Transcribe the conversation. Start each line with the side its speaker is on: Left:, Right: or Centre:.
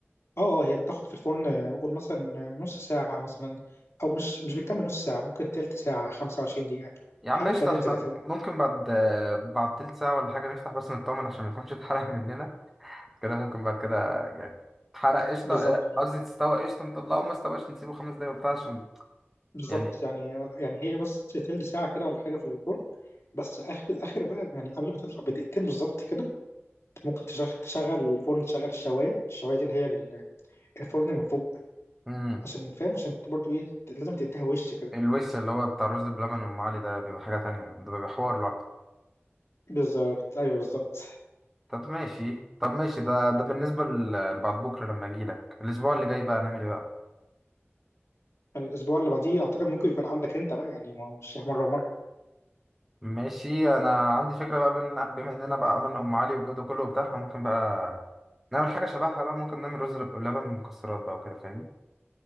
Left: اه اه هي بتاخد في الفرن آه، قول مثلا نص ساعه مثلا او مش مش بتكمل نص ساعه ممكن تلت ساعه 25 دقيقه
Centre: يا
Left: حاجه
Centre: عم قشطة
Left: في الرينج
Centre: احنا
Left: ده فاهم
Centre: ممكن بعد بعد تلت ساعة ولا حاجة نفتح بس نطمن عشان ما يكونش اتحرق <laughs> مننا كده ممكن بعد كده يعني تحرق قشطة
Left: بالظبط
Centre: قصدي تستوي قشطة نطلعه ما استواش نسيبه خمس دقايق وبتاع عشان
Left: بالظبط
Centre: يعني
Left: يعني يعني هي بس تلت ساعة كده ولا حاجة في الفرن بس آخر آخر بقى يعني قبل ما تطلع بدقيقتين بالظبط كده ممكن تشغل تشغل الفرن تشغل الشواية الشواية دي اللي هي ال- الفرن من فوق
Centre: مم.
Left: عشان فاهم عشان برضو إيه لازم تديها وش كده
Centre: الوش اللي هو بتاع الرز بلبن أم علي ده بيبقى حاجة تانية ده بيبقى حوار لوحده
Left: بالظبط أيوه بالظبط
Centre: طب ماشي طب ماشي ده ده بالنسبة ل- لبعد بكرة لما أجيلك الأسبوع اللي جاي بقى هنعمل إيه بقى؟
Left: الأسبوع اللي بعديه أعتقد ممكن يكون عندك أنت بقى يعني ما هو مش مرة ومرة
Centre: ماشي أنا عندي فكرة بقى بن- بما إننا بقى عملنا أم علي والجو ده كله وبتاع إحنا ممكن بقى نعمل حاجة شبهها بقى ممكن نعمل رز بلبن مكسرات بقى وكده فاهمني؟